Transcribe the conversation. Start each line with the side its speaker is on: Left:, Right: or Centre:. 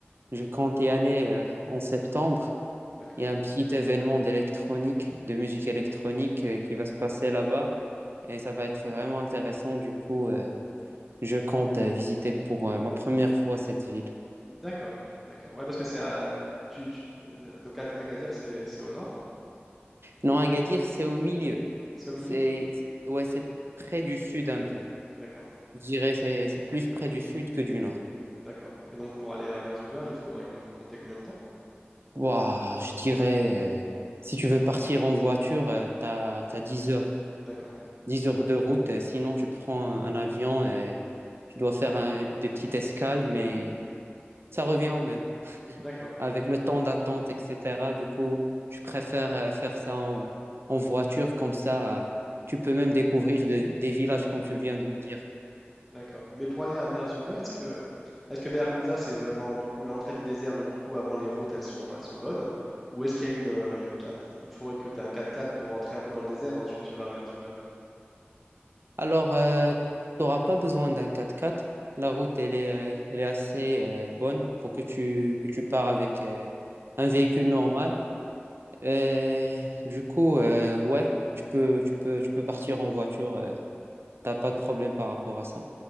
Right: Je compte y aller euh, en septembre.
Centre: D'accord,
Right: Il y a un petit événement d'électronique, de musique électronique euh, qui va se passer là-bas et ça va être vraiment intéressant. Du coup, euh, je compte euh, visiter pour euh, ma première fois cette ville.
Centre: d'accord, d'accord. Ouais parce que c'est à tu, tu- euh, donc Ad- Agadir c'est c'est au nord,
Right: Non, Agadir, c'est au milieu.
Centre: c'est au milieu.
Right: C'est ouais, c'est près du sud un peu.
Centre: D'accord,
Right: Je dirais c'est c'est plus près du sud que du nord.
Centre: d'accord. Et donc pour aller à Merzouga il faudrait com- compter combien de temps?
Right: Waouh, je dirais euh, si tu veux partir en voiture, euh, t'as t'as 10 heures.
Centre: D'accord.
Right: dix heures de route. euh, Sinon, tu prends un avion et tu dois faire un- des petites escales, mais ça revient au même.
Centre: D'accord,
Right: Avec le temps d'attente, etc. Du coup, je préfère euh, faire ça en, en voiture, comme ça, euh, tu peux même découvrir de- des villages, comme tu viens de me dire.
Centre: d'accord. Mais pour aller à Merzouga, est-ce que est-ce que Merguza c'est vraiment du coup l'entrée du désert, donc du coup avant les routes elles sont elles sont bonnes, ou est-ce qu'il y a une, euh, une- un petit- il faudrait que tu aies un 4x4 pour rentrer un peu dans le désert, et ensuite tu vas à Merzouga.
Right: Alors, tu n'auras pas besoin d'un 4x4. La route, elle est, euh, elle est assez euh, bonne pour que tu, que tu pars avec euh, un véhicule normal. Et du coup, euh, ouais, tu peux, tu peux, tu peux partir en voiture. euh, t'as pas de problème par rapport à ça.